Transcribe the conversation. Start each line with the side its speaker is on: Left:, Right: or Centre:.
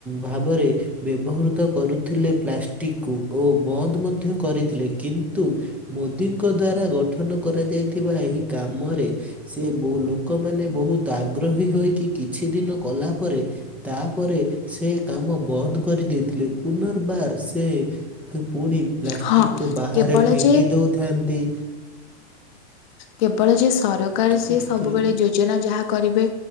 Centre: ଭାବରେ ବ୍ୟବହୃତ କରୁଥିଲେ ପ୍ଲାଷ୍ଟିକ୍ କୁ ଓ ବନ୍ଦ ମଧ୍ୟ କରିଥିଲେ କିନ୍ତୁ ମୋଦିଙ୍କ ଦ୍ଵାରା ଗଠନ କରାଯାଇଥିବା ଏହି କାମରେ ସେ ବ ଲୋକମାନେ ବହୁତ୍ ଆଗ୍ରହୀ ହୋଇକି କିଛି ଦିନ କଲା ପରେ ତାପରେ ସେ କାମ ବନ୍ଦ କରି ଦେଇେଥିଲେ ପୁନର୍ବାର ସେ ଫୁ ପୁଣି ପ୍ଲାଷ୍ଟିକକୁ
Left: ହଁ
Centre: ବାହାରେ
Left: କେବଳ
Centre: ଫିଙ୍ଗି
Left: ଯେ
Centre: ଦେଉଥାନ୍ତି
Left: କେବଳଯେ ସରକାର
Centre: ତ
Left: ସିଏ
Centre: ପୋଷ୍ଟରେ
Left: ସବୁବେଳେ ଯୋ ଯୋଜନା ଯାହା କରିବେ